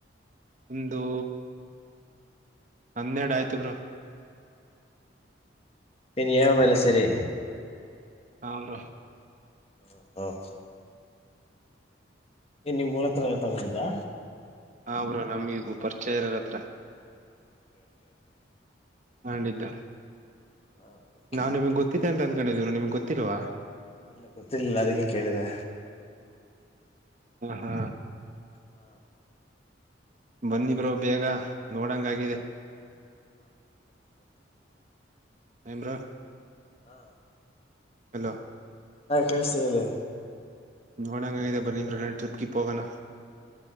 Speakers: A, on the right; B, on the left.
A: ಒಂದು ಹನ್ನೆರಡು ಆಯ್ತು ಬ್ರೋ.
B: ನಿನ್ ಈ ಎಂ ಐ ಎಲ್ಲ ಸೇರಿ.
A: ಹ ಬ್ರೋ.
B: ಹ ಏನ್ ನಿಮ್ಮೂರತ್ರನೆ ತಗೊಂಡಿದ್ದ.
A: ಹ ಬ್ರೋ ನಮ್ ಈ ಗೂ ಪರಿಚಯ ಇರರತ್ರ.
B: ಓಕೆ ಓಕೆ ಓಕೆ
A: ತಂಡಿದ್ದು
B: ಹಾ ಓಕೆ
A: ನಾನ್ ನಿಮಗ್ ಗೊತ್ತಿದ್ದೇ ಅಂತ ಅನ್ ಕಂಡಿದ್ ಬ್ರೋ ನಿಮ್ಗೆ ಗೊತ್ತಿಲ್ವಾ?
B: ಇಲ್ಲ ಗೊತ್ತಿರ್ಲಿಲ್ಲ ಅದಕ್ಕೆ ಕೇಳಿದೆ.
A: ಹಾ ಹಾ
B: ಹಾ
A: ಬನ್ನಿ ಬ್ರೋ ಬೇಗ ನೋಡಂಗಾಗಿದೆ
B: ಹಾ ಹಾ ಬರ್ತೀನಿ ಬರ್ತೀನಿ ಬರ್ತೀನಿ
A: ಏನ್ ಬ್ರೋ
B: ಹಾ
A: ಹಲೋ
B: ಹಾ ಕೇಳ್ಸ್ತಿದೆ ಹೇಳಿ.
A: ನೋಡಂಗಾಗಿದೆ ಬನ್ನಿ ಬ್ರೋ ಎಲ್ಲಾರ್ ಟ್ರಿಪ್ ಗ್ರಿಪ್ ಹೋಗಣ.